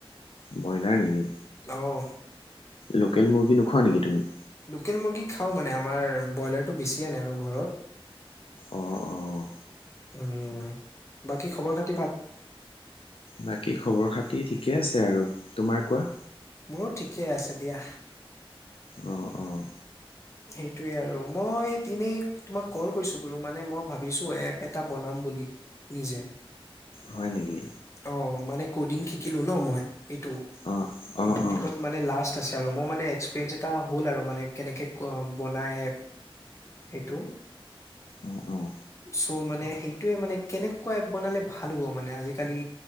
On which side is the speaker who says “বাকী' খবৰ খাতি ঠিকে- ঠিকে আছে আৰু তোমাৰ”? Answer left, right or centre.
Left